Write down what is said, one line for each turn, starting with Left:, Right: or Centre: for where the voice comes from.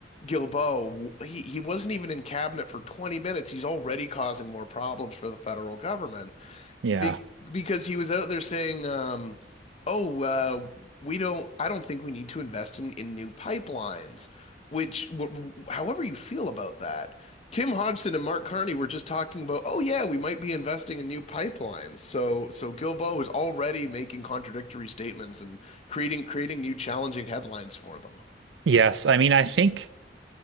Left: Guilbeault w- he he wasn't even in cabinet for 20 minutes. He's already causing more problems for the federal government.
Right: yeah.
Left: Be because he was out there saying, um, "Oh, uh, we don't. I don't think we need to invest in in new pipelines." Which, w however you feel about that, Tim Hodgson and Mark Carney were just talking about, "Oh yeah, we might be investing in new pipelines." So, so Gilbo is already making contradictory statements and creating creating new challenging headlines for them.
Right: Yes. I mean, I think.